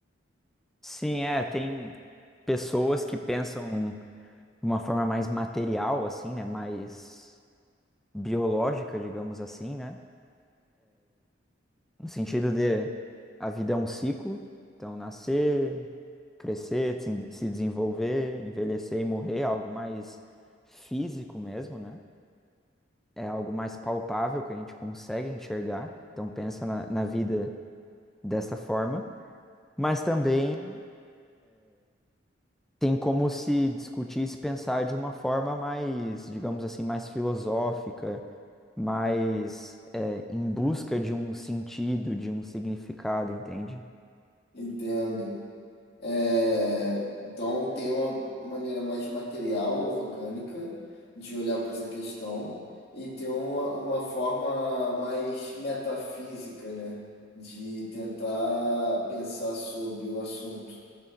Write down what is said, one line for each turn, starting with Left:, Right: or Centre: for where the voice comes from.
Centre: Sim, é, tem pessoas que pensam de uma forma mais material, assim, né? Mais biológica, digamos assim, né? No sentido de a vida é um ciclo, então nascer, crescer, se se desenvolver, envelhecer e morrer, é algo mais físico mesmo, né? É algo mais palpável que a gente consegue enxergar, então pensa na, na vida desta forma, mas também. tem como se discutir e se pensar de uma forma mais, digamos assim, mais filosófica, mais é, em busca de um sentido, de um significado, entende?
Left: entendo. É, então, tem uma maneira mais material, orgânica, de olhar para essa questão, e tem uma, uma forma mais metafísica, né, de tentar pensar sobre o assunto.